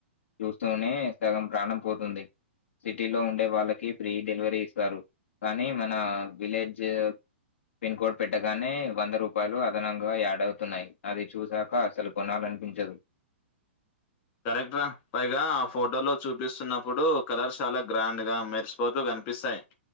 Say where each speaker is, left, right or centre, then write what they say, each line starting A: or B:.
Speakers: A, on the left (about 75°); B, on the left (about 40°).
A: చూస్తూనే సగం ప్రాణం పోతుంది సిటీలో ఉండే వాళ్ళకి ఫ్రీ డెలివరీ ఇస్తారు కానీ మన విలేజ్ పిన్ కోడ్ పెట్టగానే వంద రూపాయలు అదనంగా యాడ్ అవుతున్నాయి అది చూ సాక అసలు కొనాలనిపించదు
B: కరెక్టరా పైగా ఆ ఫోటో లో చూపిస్తున్నప్పుడు కలర్ చాలా గ్రాండ్ గా మెర్సు పోతూ కనిపిస్థాయి